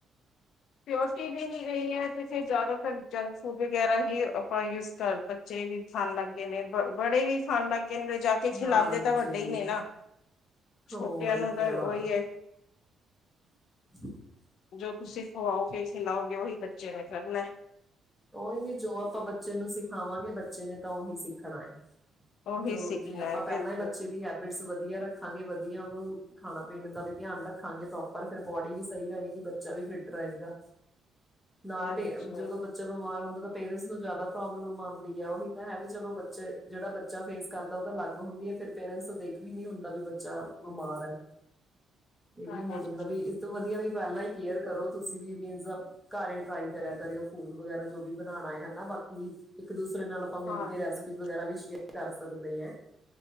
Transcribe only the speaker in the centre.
ਹਾਂਜੀ।
ਹੋਰ
ਕਿਆ
<unintelligible>
ਉਹੀ ਵੀ, ਜੋ ਆਪਾਂ ਬੱਚੇ ਨੂੰ ਸਿਖਾਵਾਂਗੇ ਬੱਚੇ ਨੇ ਤਾਂ ਉਹੀ ਸਿੱਖਣਾ ਏ।
ਜੋ,
ਜੇ ਆਪਾਂ
ਪਹਿਲਾਂ
ਈ ਬੱਚੇ
ਦੀ ਹੈਬਿਟਸ ਵਧੀਆ ਰੱਖਾਂਗੇ, ਵਧੀਆ ਉਹਨੂੰ ਖਾਣਾ-ਪੀਣ ਦਾ ਵੀ ਧਿਆਨ ਰੱਖਾਂਗੇ ਪ੍ਰੌਪਰ, ਫਿਰ ਬੋਡੀ ਵੀ ਸਹੀ ਰਹੇਗੀ, ਬੱਚਾ ਵੀ ਫਿਟ ਰਹੇਗਾ।
ਨਾਲ
ਭੇਜ ਜਦੋਂ ਬੱ ਬੱਚਾ ਬਿਮਾਰ ਹੁੰਦਾ ਤਾਂ ਪੇਰੈਂਟਸ ਨੂੰ ਜਿਆਦਾ ਪ੍ਰੋਬਲਮ ਆਂਦੀ ਆ ਉਹੀ ਤਾਂ ਹੈ ਵੀ ਚਲੋ ਬੱਚੇ ਜੇੜਾ ਬੱ ਚਾ ਫੇਸ ਕਰਦਾ ਓ ਤਾਂ ਅਲੱਗ ਹੁੰਦੀ ਆ ਫੇਰ ਪੇਰੈਂਟਸ ਤੋਂ ਦੇਖ ਵੀ ਨੀ ਹੁੰਦਾ ਵੀ ਬੱਚਾ ਬਿਮਾਰ ਐ।
ਏਹੀ
ਹੋ ਜਾਂਦਾ ਵੀ ਇ ਤੋਂ ਵਧੀਆ ਵੀ ਪਹਿਲਾਂ ਈ ਕੇਅਰ ਕਰੋ ਤੁਸੀਂ ਵੀ ਮੀਨਜ਼ ਘਰ ਏ ਟਰਾਈ ਕਰਿਆ ਕਰੇ ਓ। ਫੂਡ ਵਗੈਰਾ ਜੋ ਵੀ ਬਣਾਣਾ ਏ ਹੈਨਾ ਬਾਕੀ ਇੱਕ-ਦੂਸਰੇ ਨਾਲ ਆਪਾਂ
ਮਿਲ ਕੇ ਰੈਸਪੀ ਵਗੈਰਾ ਵੀ ਸ਼ੇਅਰ ਕਰ ਸਕਦੇ ਐ,